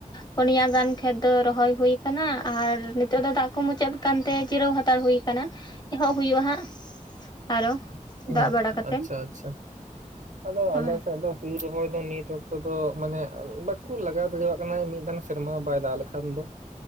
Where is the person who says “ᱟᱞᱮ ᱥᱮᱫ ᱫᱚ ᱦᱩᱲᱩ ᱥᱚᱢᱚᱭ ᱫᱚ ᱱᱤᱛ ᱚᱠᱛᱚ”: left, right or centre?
Right